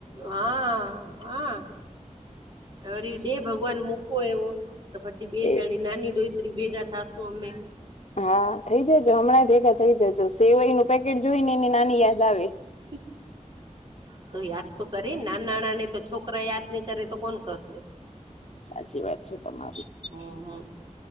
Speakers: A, on the right; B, on the left.
A: હા હા, અરે દે ભગવાન, મૂકવું એવો તો પછી બે
B: એ
A: જણી નાની-દોયત્રી ભેગાં થઈશું અમે.
B: હા, થઈ જજો હમણાં એ ભેગા થઈ જજો સેવાઈનું પેકેટ જોઈને એને નાની યાદ આવે.
A: હા હા, એકદમ. હા, યાદ તો કરે ને નાન નાણાને તો છોકરાઓ યાદ નહીં કરે તો કોણ કરશે?
B: સાચી વાત છે તમારી.
A: હમ્મ હમ્મ,